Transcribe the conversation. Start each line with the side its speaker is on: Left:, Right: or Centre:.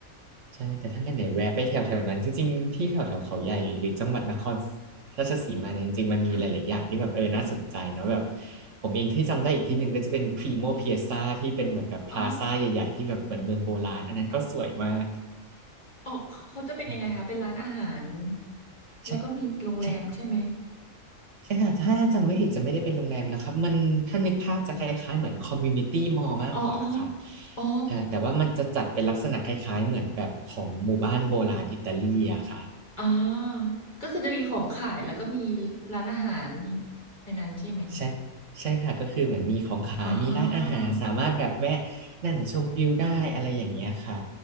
Right: ใช่แต่ถ้าไหนๆแวะไปแถวแถวนั้นจริงๆที่แถวแถวเขาใหญ่หรือจังหวัดนครราชสีมาเนี่ยจริงๆมันมีหลายๆอย่างที่แบบเออน่าสนใจเนาะแบบ
Left: ค่ะ
Right: ผมเองที่จำได้อีกที่หนึ่งก็จะเป็นพรีโมเพียซาที่เป็นเหมือนแบบพลาซ่าใหญ่ๆที่แบบเหมือนเมืองโบราณอันนั้นก็สวยมาก
Left: อ๋อออกเขาจะเป็นยังไงคะเป็นร้านอาหาร
Right: อืม
Left: แล้วก็มีโรงแรมใช่ไหม
Right: ใช่ใช่ใช่ค่ะถ้าจำไม่ผิดจะไม่ได้เป็นโรงแรมนะครับมันถ้านึกภาพจะคล้ายๆเหมือนคอมมูนิตี้มอลล์มากกว่าค่ะ
Left: อ๋ออ๋ออ๋อ
Right: เอ่อแต่ว่ามันจะจัดเป็นลักษณะคล้ายๆเหมือนแบบของหมู่บ้านโบราณอิตาลีอะค่ะ
Left: อ่าก็คือจะมีของขายแล้วก็มีร้านอาหารในนั้นใช่ไหม
Right: ใช่ใช่ค่ะก็คือเหมือนมีของขายมีร้านอาหารสามารถแบบแวะนั่งชมวิวได้อะไรอย่างเงี้ยค่ะ
Left: อ่าอ่า